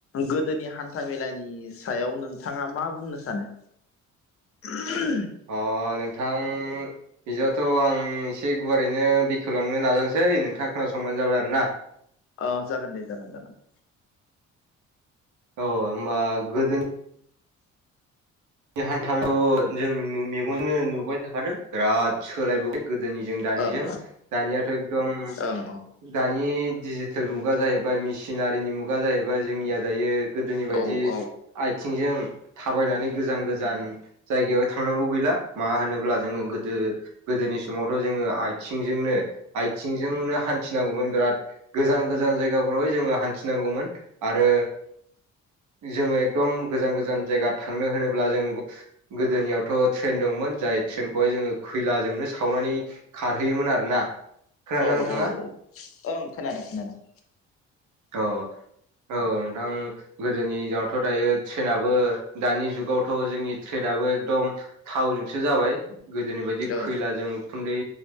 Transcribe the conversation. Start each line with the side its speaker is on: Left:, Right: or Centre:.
Left: गोदोनि हान्था मेलानि सायाव नोंथाङा मा बुंनो सानो? <unintelligible>
Right: अ नोंथां बिजाथ' आं एसे गुवारैनो बेखेवलांनो नाजासै नोंथाङा खोनासंबानो जाबाय आरोना। <inaudible>
Left: अ जागोन दे जागोन जागोन।
Right: औ होमबा गोदोनि बे हान्थाखौ जों मेगनजोंनो नुबाय थाखादों बिराद सोलायबोबाय गोदोनिजों दानिजों
Left: ओं
Right: दानियाथ' एकदम
Left: ओं
Right: दानि दानि डिजिटेल मुगा जाहैबाय मेसिनारिनि मुगा जाहैबाय जोंनिया दायो गोदोनि बायदि
Left: ओं औ औ
Right: आथिंजों थाबायनानै गोजान गोजान जायगायाव थांनांगौ गैला मा होनोब्ला जोङो गोदो गोदोनि समावथ जोङो आइथिंजोंनो आइथिंजोंनो हान थिनांगौमोन बिराद गोजान गोजान जायगाफोरावहाय जोङो हान्थिनांगौमोन आरो जोङो एकदम गोजान गोजान जायगा थांनो होनोब्ला जों गोदोनियावथ ट्रेन दंमोन जाय ट्रेनखौहाय जोङो खैलाजोंनो सावनानै खारहैयोमोन आरोना। खोनादोंना
Left: औ
Right: नोंथाङा
Left: औ औ ओं खोनादों खोनादों
Right: औ औ नोंथां। गोदोनि दिावथ दायो ट्रेनाबो दानि जुगावथ जोंनि ट्रेनाबो एकदम थावजोंसो जाबाय गोदोनि बायदि
Left: औ
Right: खैलाजों उखुन्दै